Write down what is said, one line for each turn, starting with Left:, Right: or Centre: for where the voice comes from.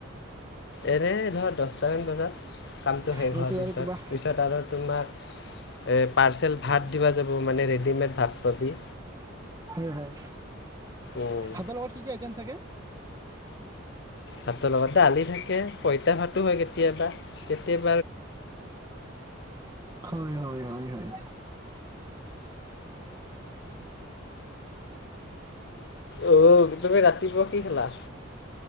Left: এৰে ধৰ দছটামান বজাত কামটো শেষ
Right: তাৰপিছত
Left: হোৱাৰ পিছত
Right: আৰু কিবা
Left: পিছত আৰু তোমাৰ এ পাৰ্চেল ভাত দিবা যাব মানে ৰেডিমেড ভাত পাবি
Right: হয় হয়।
Left: উম
Right: ভাতৰ লগত কি কি আইটেম থাকে
Left: ভাতৰ লগত দালি থাকে, পইতা ভাতো হয় কেতিয়াবা কেতিয়া-
Right: হয় হয় হয় হয়
Left: ঔ তুমি ৰাতিপুৱা কি খালা?